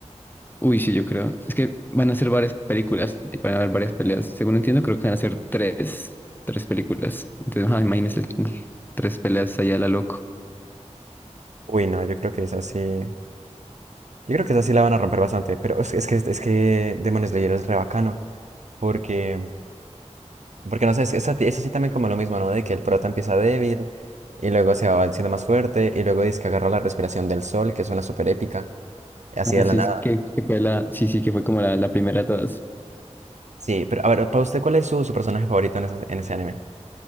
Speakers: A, on the left; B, on the right.
A: Uy, sí, yo creo. Es que van a ser varias películas, y van a haber varias peleas. Según entiendo, creo que van a ser tres, tres películas. Entonces, ah, imagínense, <laughs> tres peleas allá a la loco.
B: Uy, no, yo creo que es así, yo creo que esa sí la van a romper bastante, pero es, es que, es que Demon Slayer es re bacano, porque Porque no sé, es, es, a- es así también como lo mismo, ¿no? De que el prota empieza débil y luego se va haciendo más fuerte y luego dice que agarra la respiración del sol, que suena súper épica, así
A: Ah,
B: de
A: sí,
B: la nada.
A: es que, que fue la, sí, sí, que fue como la, la primera de todas.
B: Sí, pero a ver, para usted, ¿cuál es su, su personaje favorito en, esa- en ese anime?